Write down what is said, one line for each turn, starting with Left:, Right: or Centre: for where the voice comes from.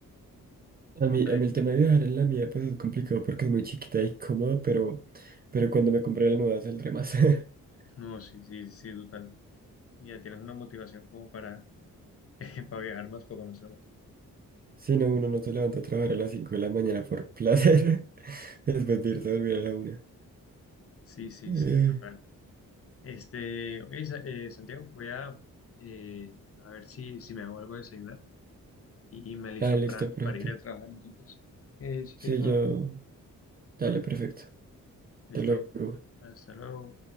Right: A mí,
Left: Ay,
Right: a mí el tema de viajar en la mía pues es complicado porque es muy chiquita y cómoda, pero, pero cuando me compré la nueva saldré más. <laughs>
Left: No, sí, sí, sí, total. Ya tienes una motivación como para, <laughs> eh, para viajar más, para conocer más.
Right: Si no, uno no se levanta a trabajar a las 5 de la mañana por placer, <laughs> después de irse a dormir a la una.
Left: Sí, sí,
Right: Eh,
Left: sí, total. Este, oye, Sa- eh, Santiago, voy a, eh, a ver si, si me hago algo de desayunar y me listo
Right: ah, listo,
Left: para,
Right: perfecto.
Left: para ir a trabajar. Entonces, eh, si
Right: Sí,
Left: quieres hablar.
Right: yo... Dale, perfecto.
Left: Listo.
Right: Hasta luego.
Left: Hasta luego.